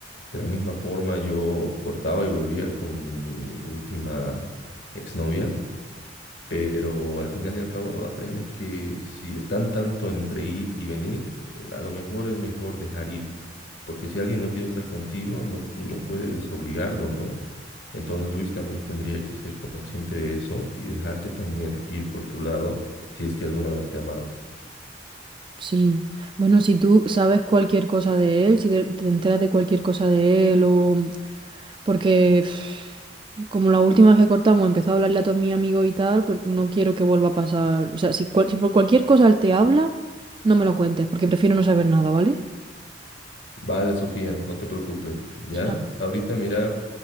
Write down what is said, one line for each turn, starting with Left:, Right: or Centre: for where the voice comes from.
Left: De la misma forma, yo cortaba y volvía con mi última exnovia Pero al final y al cabo aprendes que si están tanto entre ir y venir, eh, a lo mejor es mejor dejar ir, porque si alguien no quiere estar contigo, no, no puedes obligarlo, ¿no? Entonces Luis también tendría que ser consciente de eso y dejarte también ir por tu lado si es que alguna vez te ha amado.
Right: Sí. Bueno, si tú sabes cualquier cosa de él, si te, te enteras de cualquier cosa de él o... Porque pff, como la última vez que cortamos empezó a hablarle a todos mis amigos y tal, pues no quiero que vuelva a pasar. O sea, si, cual- si por cualquier cosa él te habla, no me lo cuentes, porque prefiero no saber nada, ¿vale?
Left: Vale, Sofía, no te preocupes, ¿ya?
Right: Y nada.
Left: Ahorita mira,